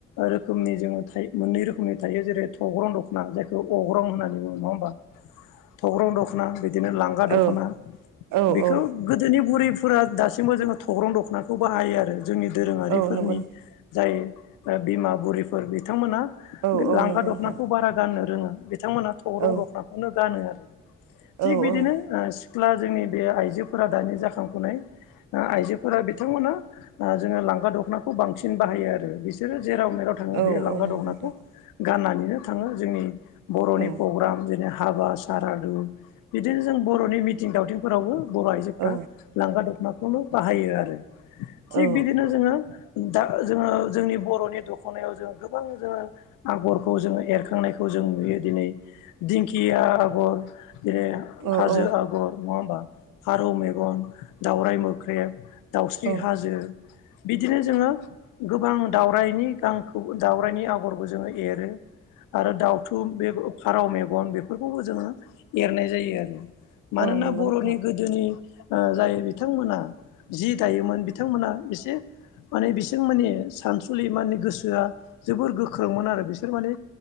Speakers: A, on the left (about 75°); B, on the right (about 75°).
A: रोखोमनि जोङो थायो मोननै रोखोमनि थायो जेरै थग्रं दखना जायखौ अग्रं होननानै बुङो नङा होमबा थग्रं दखना बिदिनो लांगा दखना
B: औ औ
A: बेखौ
B: औ
A: गोदोनि बुरैफोरा दासिमबो जोङो थग्रं दखनाखौ बाहायो आरो जोंनि दोरोङारिफोरनि
B: औ नंगौ
A: जाय बिमा बुरिफोर बिथांमोना
B: औ औ
A: लांगा
B: नंगौ नोंथां
A: दखनाखौ बारा गाननो रोङा बिथांमोनहा थग्रं
B: औ
A: दखनाखौनो गानो आरो थिग
B: औ
A: बिदिनो
B: औ
A: ओ सिख्ला जोंनि बे आइजोफोरा दानि जाखांफुनाय आइजोफोरा बिथांमोना आ जोङो लांगा दखनाखौ बांसिन बाहायो आरो बिसोरो जेराव मेराव थाङो
B: औ
A: बे लांगा
B: औ नंगौ
A: दखनाखौ
B: नोंथां
A: गाननानैनो थाङो जोंनि बर'नि
B: औ
A: प्रग्राम जेने हाबा सारादु बिदिनो जों बर'नि मिथिं दावथिंफोरावबो बर' आइजोफ्रा
B: औ
A: लांगा दखनाखौनो बाहायो आरो थिग
B: औ
A: बिदिनो जोङो दा जोङो जोंनि बर'नि दखनायाव जों गोबां जोङो आगरखौ जोङो एरखांनायखौ जों नुयो दिनै दिंखिया आगर जेरै
B: औ
A: हाजो
B: औ
A: आगर नङा होमबा फारौ मेगन दावराय मोख्रेब दाउस्रि
B: औ
A: हा हाजो बिदिनो जोङो गोबां दाउराइनि गांखौ दाउराइनि आगरबो जोङो एरो आरो दाउथु बे फारौ मेगन बेफोरखौबो जोङो एरनाय जायो आरो मानोना
B: औ नंगौ
A: बर'नि
B: नोंथां
A: गो--दो गोदोनि जाय बिथांमोना जि दायोमोन बिथांमोना एसे माने बिसोर माने सानसुलि माने गोसोआ जोबोर गोख्रोंमोन आरो बिसोर माने